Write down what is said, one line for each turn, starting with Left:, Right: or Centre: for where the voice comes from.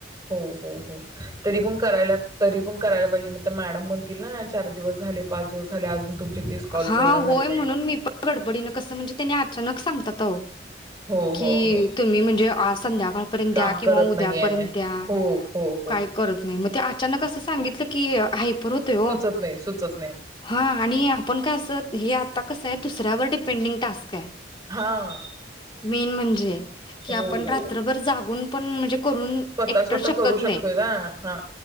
Right: हो हो हो तरी पण करायला तरी पण करायला पाहिजे नाही तर मॅडम म्हणतील ना चार दिवस झाले पाच दिवस झाले अजून तुमचे तीस कॉल
Left: हा
Right: पूर्ण
Left: होय
Right: झाले नाहीत
Left: म्हणून मी पण गडबडीनं कसं म्हणजे त्यानी अचानक सांगतात आओ
Right: हो हो
Left: कि
Right: हो
Left: तुम्ही म्हणजे अस संध्याकाळपर्यंत
Right: काम
Left: द्या किंवा
Right: करत
Left: उद्या
Right: नाहीये
Left: पर्यंत द्या
Right: हो हो हो
Left: काय करत नाही म ते अचानक असं सांगितलं की आहे. बर होतय हो
Right: सुचत नाही, सुचत नाही.
Left: हा आणि आपण काय असं हे आता कसं आहे दुसऱ्यावर डिपेंडिंग टास्क हाय.
Right: हां.
Left: मेन म्हण- जे की
Right: हो,
Left: आपण
Right: हो.
Left: रात्रभर जागून पण म्हणजे करून
Right: स्वतः
Left: एकटं
Right: स्वतः
Left: शकत
Right: करू
Left: नाही
Right: शकतोय ना हा